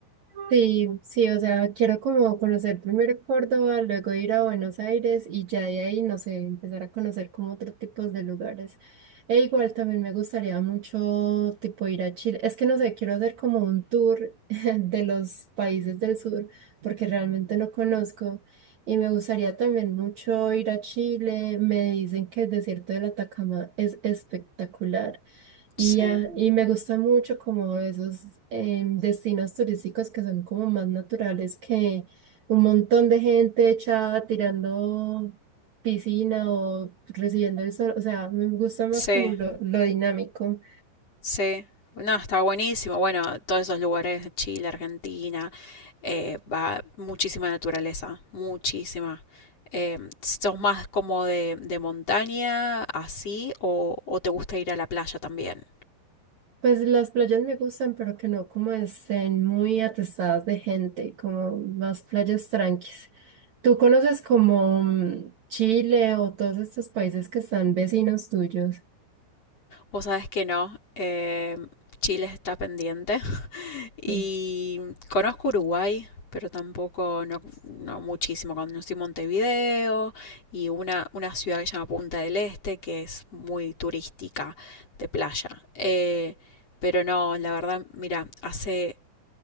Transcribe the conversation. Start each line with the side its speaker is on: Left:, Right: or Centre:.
Right: Sí, sí, o sea, quiero como conocer primero Córdoba, luego ir a Buenos Aires y ya de ahí, no sé, empezar a conocer como otros tipos de lugares. E igual también me gustaría mucho tipo ir a Chile. Es que no sé, quiero hacer como un tour <laughs> de los países del sur porque realmente no conozco y me gustaría también mucho ir a Chile. Me dicen que el desierto de la Atacama es espectacular. Y,
Left: Sí,
Right: ya, y me gusta mucho como esos em, destinos turísticos que son como más naturales que un montón de gente echada tirando piscina o recibiendo el sol. O sea, me gusta más
Left: sí,
Right: como lo, lo dinámico.
Left: sí. No, está buenísimo. Bueno, todos esos lugares, Chile, Argentina, eh, va muchísima naturaleza, muchísima. Eh, ¿Sos más como de, de montaña, así, o, o te gusta ir a la playa también?
Right: Pues las playas me gustan, pero que no como estén muy atestadas de gente, como más playas tranquis. ¿Tú conoces como mm, Chile o todos estos países que están vecinos tuyos?
Left: Vos sabés que no, eh, Chile está pendiente <laughs> y
Right: Mm.
Left: conozco Uruguay, pero tampoco, no, no muchísimo. Conocí Montevideo y una, una ciudad que se llama Punta del Este, que es muy turística de playa. Eh, pero no, la verdad, mira, hace